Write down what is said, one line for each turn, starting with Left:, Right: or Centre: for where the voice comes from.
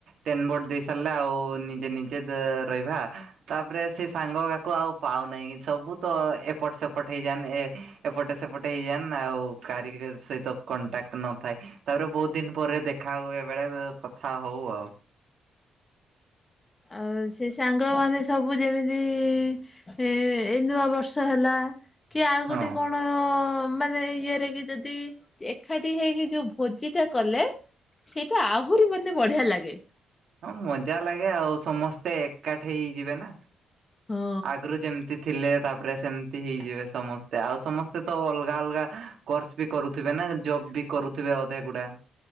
Right: ଟେନ୍ ବୋର୍ଡ ଦେଇ ସାରିଲେ ଆଉ ନିଜେ ନିଜେ ଦେ ରହିଭା। ତାପରେ ସେ ସାଙ୍ଗ କାକୁ ଆଉ ପାଉନାହିଁ କି, ସବୁ ତ ଏପଟ ସେପଟ ହେଇଯାନ୍ ଏ ପଟେ ସେପଟେ ହେଇଯାନ୍ ଆଉ କାରିଗର ସହିତ କଣ୍ଟାକ୍ଟ ନଥାଏ। ତାପରେ ବହୁତ ଦିନ ପରେ ଦେଖା ହୁଏ ବେଳେବେଳେ କଥା ହଉ ଆଉ।
Left: ଆଉ ସେ ସାଙ୍ଗ ମାନେ ସବୁ ଯେମିତି ଏ ଏଇ ନୂଆ ବର୍ଷ ହେଲା କି ଆଉ ଗୋଟେ
Right: ହଁ
Left: କଣ ଅ, ମାନେ ଏ ଇଏରେ କି ଯଦି ଏକାଠି ହେଇକି ଯୋଉ ଭୋଜି ଟା କଲେ ସେଇଟା ଆହୁରି ମାନେ ବଢିଆ ଲାଗେ।
Right: ହଁ ମଜା ଲାଗେ ଆଉ ସମସ୍ତେ ଏକାଠି ହେଇଯିବେ ନା।
Left: ହଁ
Right: ଆଗରୁ ଯେମିତି ଥିଲେ ତାପରେ ସେମ ତି ହେଇଯିବେ ସମସ୍ତେ, ଆଉ ସମସ୍ତେ ତ ଅଲଗା ଅଲଗା କୋର୍ସ ବି କରୁଥିବେ ନା, ଜବ୍ ବି କରୁ ଥିବେ ଅଧେ ଗୁଡା।